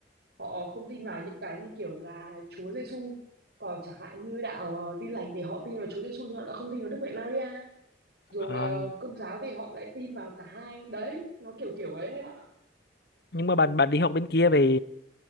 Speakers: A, on the right; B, on the left.
A: họ không tin vào những cái như kiểu là Chúa Giêsu còn chẳng hạn như đạo ờ, Tin lành thì họ tin vào Chúa Giêsu nhưng họ đã không tin vào Đức Mẹ Maria rồi
B: ờ,
A: ờ, Công giáo thì họ lại tin vào cả hai đấy nó kiểu kiểu ấy đấy bạn ạ
B: nhưng mà bạn bạn đi học bên kia về